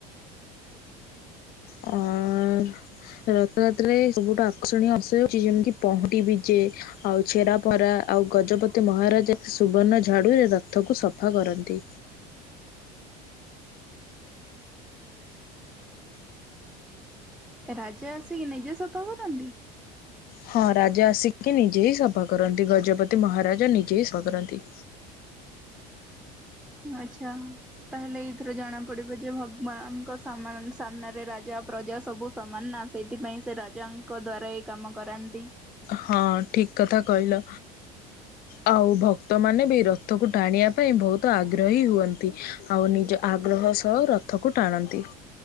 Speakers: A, on the left (about 45°); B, in the centre.
A: ଅଁ ରଥଯାତ୍ରରେ ସବୁଠୁ ଆକର୍ଷଣୀୟ ଅଂଶ ହେଉଚି ଯେମିତିି ପହଁଡି ବିଜେ ଆଉ ଛେରା ପରା, ଆଉ ଗଜପତି ମହାରାଜ ସୁବର୍ଣ୍ଣ ଝାଡୁରେ ରଥକୁ ସଫା କରନ୍ତି।
B: ରାଜା ଆସିକି ନିଜେ ସଫା କରନ୍ତି?
A: ହଁ ରାଜା ଆସିକି ନିଜେ ହିଁ ସଫା କରନ୍ତି। ଗଜପତି ମହାରାଜା ନିଜେ ହିଁ ସଫା କରନ୍ତି।
B: ହୁଁ ଆଚ୍ଛା। ତାହେଲେ ଏଇଥିରୁ ଜଣା ପଡିବ ଯେ ଭଗବାନଙ୍କ ସାମାନ୍ ସାମ୍ନାରେ ରାଜା ପ୍ରଜା ସବୁ ସମାନ ନା ସେଇଥିପାଇଁ ସେ ରାଜାଙ୍କ ଦ୍ଵାରା ଏଇ କାମ କରାନ୍ତି।
A: ହଁ ଠିକ୍ କଥା କହିଲ। ଆଉ ଭକ୍ତମାନେ ବି ରଥକୁ ଟାଣିବା ପାଇଁ ବହୁତ ଆଗ୍ରହୀ ହୁଅନ୍ତି। ଆଉ ନିଜ ଆଗ୍ରହ ସହ ରଥକୁ ଟାଣନ୍ତି।